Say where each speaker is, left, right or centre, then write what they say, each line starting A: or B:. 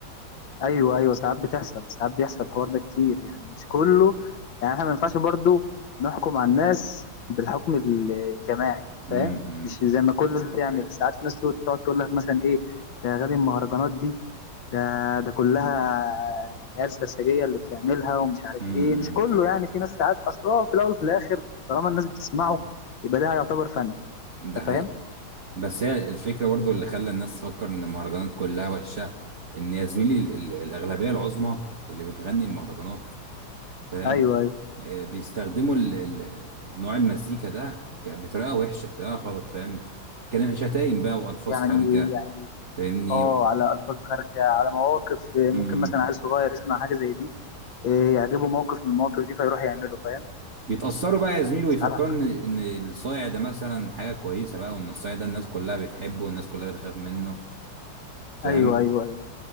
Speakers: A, on the left (about 65°); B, on the right (about 35°).
A: ايوه ايوه ساعات بتحصل ساعات بيحصل الحوار ده كتير يعني مش كله يعني احنا ما ينفعش برضو نحكم على الناس بالحكم ال- الجماعي
B: امم
A: فاهم
B: امم
A: مش زي ما كل الناس بتعمل ساعات في ناس تقعد تقعد تقول لك مثلا ايه ده غبي المهرجانات دي ده ده كلها عيال سرسجيه اللي بتعملها ومش عارف
B: امم،
A: ايه مش
B: امم،
A: كله
B: فاهم
A: يعني في ناس ساعات اصل هو في الاول وفي الاخر طالما الناس بتسمعه يبقى ده يعتبر فن
B: ده
A: انت
B: حقيقي
A: فاهم
B: بس هي الفكرة برضو اللي خلى الناس تفكر إن المهرجانات كلها وحشة إن يا زميلي ال- ال- الأغلبية العظمى اللي بتغني المهرجانات فاهم
A: ايوه ايوه
B: آه، بيستخدموا ال- ال- ال- نوع المزيكا ده ك- بطريقة وحشة بطريقة غلط فاهم كلام شتايم بقى وألفاظ
A: يعني
B: خارجة
A: يعني
B: فاهمني
A: اه على الفاظ خارجه على مواقف ممكن
B: امم
A: مثلا عيل صغير يسمع حاجه زي دي إيه يعجبه موقف من المواقف دي فيروح يعمله فاهم
B: بيتأثروا بقى يا زميلي ويفكروا
A: ساعات
B: إن
A: صح
B: إن الصايع ده مثلا حاجة كويسة بقى وإن الصايع ده الناس كلها بتحبه والناس كلها بتخاف منه فاهم
A: ايوه ايوه ايوه